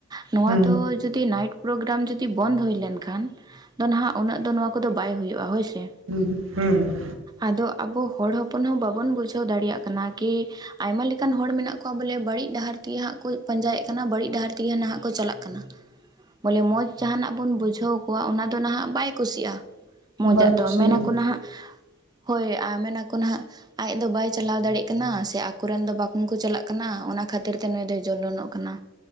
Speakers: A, on the right; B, on the right.
A: ᱱᱚᱣᱟ
B: ᱦᱩᱸ
A: ᱫᱚ ᱡᱩᱫᱤ ᱱᱟᱭᱤᱴ ᱯᱨᱚᱜᱨᱟᱢ ᱡᱩᱫᱤ ᱵᱚᱱᱫ ᱦᱩᱭ ᱞᱮᱱ ᱠᱷᱟᱱ ᱫᱚᱱᱟᱦᱟᱜ ᱩᱱᱟᱹᱜ ᱫᱚ ᱱᱚᱣᱟ ᱠᱚᱫᱚ ᱵᱟᱭ ᱦᱩᱭᱩᱜᱼᱟ ᱦᱚᱭ ᱥᱮ᱾
B: ᱦᱩᱸ ᱦᱩᱸ ᱾
A: ᱟᱫᱚ ᱟᱵᱚ ᱦᱚᱲ ᱦᱚᱯᱚᱱ ᱦᱚᱸ ᱵᱟᱵᱚᱱ ᱵᱩᱡᱷᱟᱹᱣ ᱫᱟᱲᱮᱭᱟᱜ ᱠᱟᱱᱟ ᱠᱤ ᱟᱭᱢᱟ ᱞᱮᱠ ᱮᱠᱟᱱ ᱦᱚᱲ ᱢᱮᱱᱟᱜ ᱠᱚᱣᱟ ᱵᱚᱞᱮ ᱵᱟᱹᱲᱤᱡ ᱰᱟᱦᱟᱨ ᱛᱮᱜᱮ ᱦᱟᱸᱜ ᱠᱚ ᱯᱟᱸᱡᱟᱭᱮᱜ ᱠᱟᱱᱟ ᱵᱟᱹᱲᱤᱡ ᱰᱟᱦᱟᱨ ᱛᱮᱜᱮ ᱱᱟᱦᱟᱜ ᱠᱚ ᱪᱟᱞᱟᱜ ᱠᱟᱱᱟ, ᱵᱚᱞᱮ ᱢᱚᱡᱽ ᱡᱟᱦᱟᱱᱟᱜ ᱵᱚᱱ ᱵᱩᱡᱷᱟᱹᱣ ᱠᱚᱣᱟ ᱚᱱᱟ ᱫᱚ ᱱᱟᱦᱟᱜ ᱵᱟᱭ ᱠᱩᱥᱤᱜᱼᱟ ᱢᱚᱡᱟᱜ
B: ᱵᱟᱭ
A: ᱫᱚ,
B: ᱠᱩᱥᱤᱭᱟᱜᱼᱟ
A: ᱢᱮᱱᱟᱠᱚ ᱱᱟᱦᱟᱜ ᱦᱚᱭ ᱟ ᱢᱮᱱᱟᱠᱚ ᱱᱟᱦᱟᱜ ᱟᱡ ᱫᱚ ᱵᱟᱭ ᱪᱟᱞᱟᱣ ᱫᱟᱲᱮᱭᱟᱜ ᱠᱟᱱᱟ, ᱥᱮ ᱟᱠᱚᱨᱮᱱ ᱫᱚ ᱵᱟᱠᱚ ᱠᱚ ᱪᱟᱞᱟᱜ ᱠᱟᱱᱟ ᱚᱱᱟ ᱠᱷᱟᱹᱛᱤᱨ ᱛᱮ ᱱᱩᱭ ᱫᱚ ᱡᱚᱞᱚᱱᱚᱜ ᱠᱟᱱᱟ